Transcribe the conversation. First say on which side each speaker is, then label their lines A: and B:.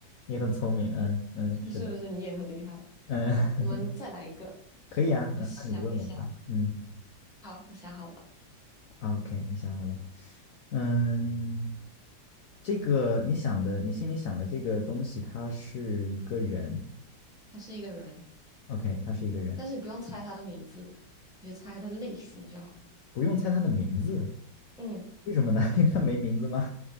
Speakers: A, on the left (about 85°); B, in the centre.
A: 你很聪明。嗯嗯，是的。
B: 不是不是，你也很厉害。
A: 嗯，
B: 好，
A: <laughs>
B: 我们再来一个，
A: 可以啊。
B: 我想一下。
A: 嗯，那你问我吧。嗯
B: 好，我想好了，
A: o k 你想好了。嗯，这个你想的，你心里想的这个东西，它是一个人。
B: 他是一个人。
A: OK，他是一个人，
B: 但是你不用猜他的名字，你就猜他的类型就好。
A: 不用猜他的名字，
B: 嗯
A: 为什么呢？<laughs> 因为他没名字吗？